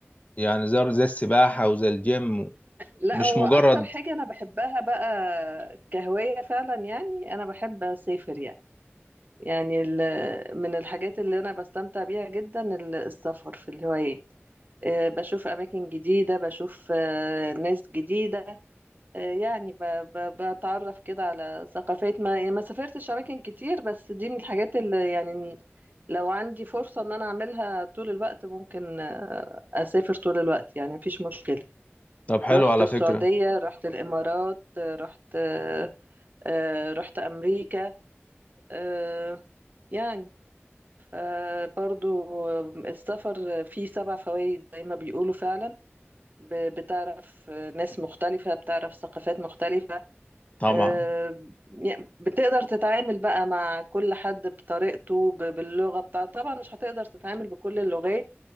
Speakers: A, on the left; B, on the right.
A: يعني زي زي السباحة وزي الجيم
B: لا
A: مش
B: هو
A: مجرد
B: اكتر حاجة انا بحبها بقى كهواية فعلا يعني انا بحب اسافر يعني يعني ال- من الحاجات اللي انا بستمتع بيها جدا ال- السفر في الهوايات آه، بشوف اماكن جديدة بشوف آه، ناس جديدة آه، يعني ب- ب- بتعرف كده على ثقافات ما يعني ما سافرتش اماكن كتير بس دي من الحاجات اللي يعني لو عندي فرصة ان انا اعملها طول الوقت ممكن آه، اسافر طول الوقت يعني مفيش مشكلة
A: طب حلو
B: رحت
A: على
B: السعودية
A: فكرة
B: رحت الامارات آه، رحت آه، آه، رحت امريكا آه، يعني ف- برضو السفر فيه سبع فوائد زي ما بيقولوا فعلا ب- بتعرف ناس مختلفة بتعرف ثقافات مختلفة
A: طبعا
B: آه، يعني بتقدر تتعامل بقى مع كل حد بطريقته ب- باللغة بتاعته طبعا مش هتقدر تتعامل بكل اللغات